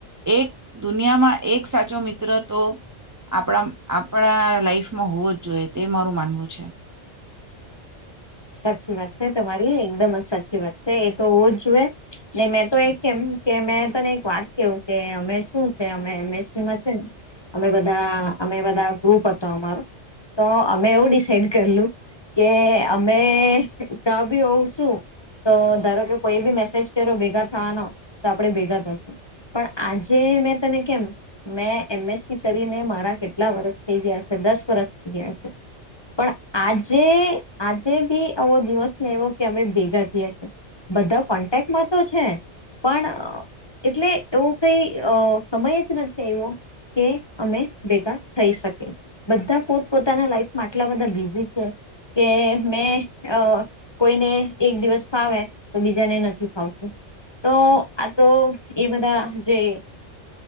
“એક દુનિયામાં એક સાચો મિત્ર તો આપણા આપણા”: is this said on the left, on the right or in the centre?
Right